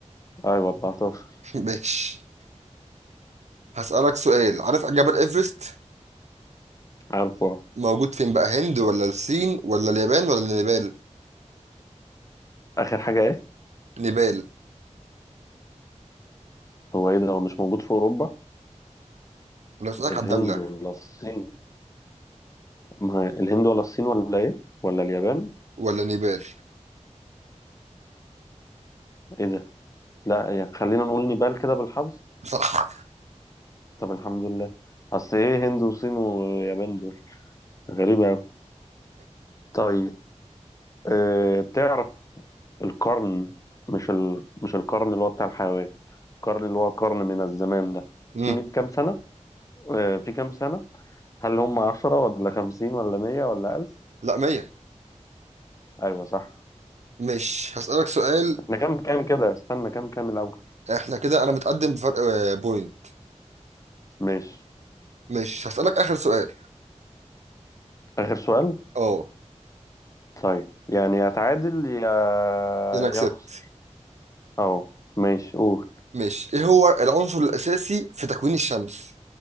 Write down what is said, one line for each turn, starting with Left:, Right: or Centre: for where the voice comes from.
Left: أيوه 14
Right: <laughs> ماشي هسألك سؤال عارف جبل إيفرست
Left: عارفه
Right: موجود فين بقى هند ولا الصين ولا اليابان ولا نيبال
Left: آخر حاجة إيه؟
Right: نيبال
Left: هو إيه ده هو مش موجود في أوروبا؟
Right: انا بسألك
Left: الهند
Right: على الدولة
Left: ولا الصين؟ ما هي الهند ولا الصين ولا إيه؟ ولا اليابان؟
Right: ولا نيبال
Left: إيه ده؟ لا يعني خلينا نقول نيبال كده بالحظ
Right: صح
Left: طب الحمد لله أصل إيه هند وصين ويابان دول؟ غريبة أوي طيب أه تعرف القرن مش ال... مش القرن اللي هو بتاع الحيوان القرن اللي هو قرن من الزمان ده
Right: امم
Left: في 100 كام سنة أه في كام سنة هل هم 10 ولا 50 ولا 100 ولا 1000
Right: لا مية
Left: ايوه صح
Right: مش هسألك سؤال
Left: احنا كام كام كده استنى كام كام الاول
Right: احنا كده انا متقدم بفرق آه، بوينت
Left: ماشي
Right: مش هسألك اخر سؤال
Left: اخر سؤال
Right: اه
Left: طيب يعني يا تعادل يا
Right: انا كسبت
Left: يا اخسر اهو ماشي قول
Right: مش ايه هو العنصر الاساسي في تكوين الشمس